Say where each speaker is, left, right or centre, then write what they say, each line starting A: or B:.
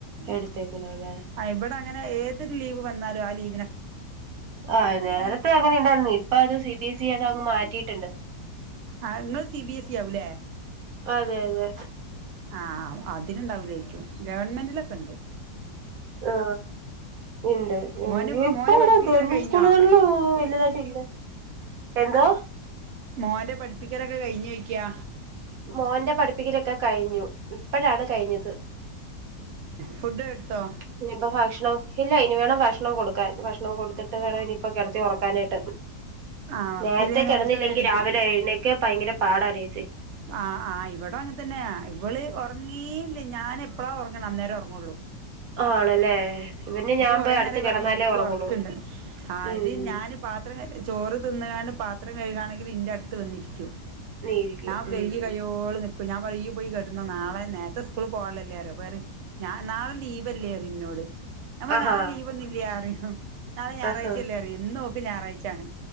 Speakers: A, on the right; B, on the right.
A: എടുത്തേക്കണല്ലേ
B: ഇവിടെ അങ്ങനെ ഏത് ലീവ് വന്നാലും, ആ ലീവ്
A: ആ നേരത്തെ അങ്ങനെ ഇണ്ടായിരുന്നു ഇപ്പ അത് സി ബി എസ് ഇ അത് അങ്ങ് മാറ്റിയിട്ടുണ്ട്.
B: ആ ഇങ്ങള് സി ബി എസ് ഇ ആവൂലേ
A: അതെ അതെ
B: ആംഅതിനുണ്ടാവില്ലേക്കും ഗവൺമെന്റിലൊക്കെ ഉണ്ട്
A: ആ ഉണ്ട് ഏ
B: മോന്
A: ഇപ്പൊ
B: മോന്
A: എവിട
B: പഠിപ്പിക്കലൊക്കെ
A: ഗവൺമെന്റ്
B: കഴിഞ്ഞോ
A: സ്കൂളുകളിലോ വലുതായിട്ടല്ല, എന്തോ
B: മോന്റെ പഠിപ്പിക്കലൊക്കെ കഴിഞ്ഞോ യ്കാ
A: മോൻന്റെ പഠിപ്പിക്കലൊക്കെ കഴിഞ്ഞു ഇപ്പഴാണ് കഴിഞ്ഞത്......
B: ഫുഡ് എടുത്തൊ....
A: ഇനിയിപ്പ ഭക്ഷണം ഇല്ല ഇനി വേണം ഭക്ഷണം കൊടുക്കാൻ ഭക്ഷണം കൊടുത്തിട്ട് വേണ....... ഇപ്പൊ കിടത്തി ഉറക്കാനായിട്ട്.......
B: ആ വർക്കില്
A: നേരത്തെേ കിടന്നില്ലെങ്കി
B: നേരത്തെ എണീക്കും
A: രാവിലെ എഴുന്നേക്കെ ഭയങ്കര പാടാണ്സ്.......
B: ആഹ് ആഹ് ഇവിട അങ്ങ തന്നെയാ ഇവള് ഉറങ്ങീയില്ലേ ഞാൻ എപ്പഴാ...... അന്നേരം ഒറങ്ങൊള്ളൂ......
A: ആണല്ലേ... ഇവന്
B: ഇപ്പൊ
A: ഞാൻ
B: കൊറേ
A: പോയി അടുത്ത്
B: നേരമായി
A: കിടന്നാലേ
B: പറഞ്ഞ എനിക്ക്
A: ഉറങ്ങുള്ളൂ
B: ഉറക്കുണ്ട് ആ
A: ഉം
B: ഇത് ഞാൻ പാത്രം ക...... ചോറ് തിന്നുകാണ്ട് പാത്രം കഴുകയാണെങ്കിൽ ഇന്റെ അടുത്ത് വന്നിരിക്കും......
A: നീ ഇരിക്കും
B: ഞാൻ
A: ഉം
B: കഴുകി കഴിയൊളം നി ഞാൻ പറയും പോയി കെടന്നൊ നാളെ നേരത്തെ സ്കൂള് പോകാനല്ലേരോഅപ്പൊ പറയും ഞ നാളെ ലീവല്ലേ..... നമ്മ
A: ആഹ്
B: നാളെ
A: ആഹാ
B: ലീവ് ഒന്നുമില്ല അറിയും നാളെ ഞായറാഴ്ചയല്ലേ
A: ആഹാ
B: അറിയ ഇന്ന് നോക്ക ഞായറാഴ്ചണ്.....